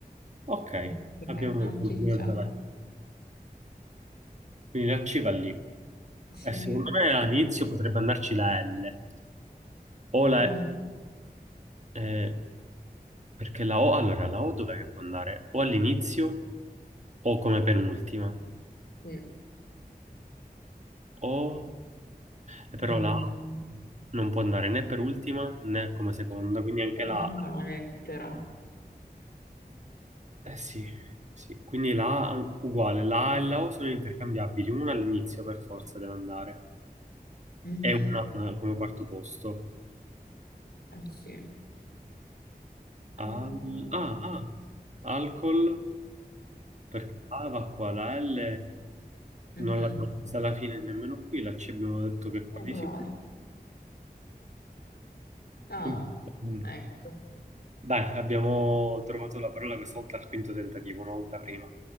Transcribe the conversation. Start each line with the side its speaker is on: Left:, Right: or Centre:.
Right: Ok,
Left: Ok,
Right: abbiamo
Left: una
Right: continuato
Left: ciccia.
Right: la C. Quindi la C va lì.
Left: Sì.
Right: E secondo
Left: eh,
Right: me all'inizio potrebbe andarci la L. O la...
Left: eh,
Right: eh, perché la O... Allora, la O dov'è che può andare? O all'inizio o come penultima.
Left: sì.
Right: O... e
Left: Mm,
Right: però la O non può andare né per ultima né come seconda, quindi anche
Left: Però
Right: la
Left: manca
Right: A.
Left: una lettera.
Right: Eh sì, sì. Quindi la A uguale. La A e la O sono intercambiabili. Una all'inizio per forza deve andare.
Left: Mhm,
Right: E una eh, come quarto posto.
Left: Eh sì. Eh,
Right: Al...
Left: mm,
Right: Ah, ah. Alcol. Perché A va qua, la L
Left: mhm.
Right: non l'abbiamo vista alla fine nemmeno qui, la C abbiamo detto
Left: Possiamo
Right: che qua di
Left: provare.
Right: sicuro.
Left: Ah,
Right: Mm.
Left: ecco.
Right: Dai, abbiamo trovato la parola questa volta al quinto tentativo, una volta prima.